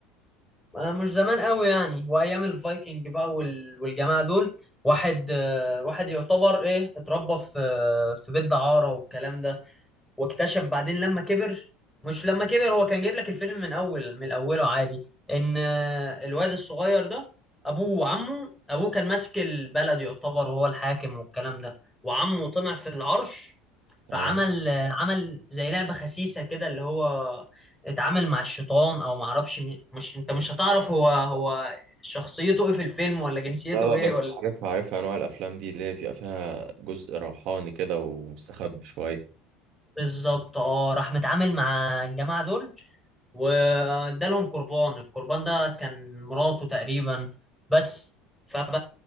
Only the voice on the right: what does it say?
تمام
لا لا
بس
عارفها عارفها انواع الافلام دي اللي هي بيبقى فيها جزء روحاني كده ومستخبي شويه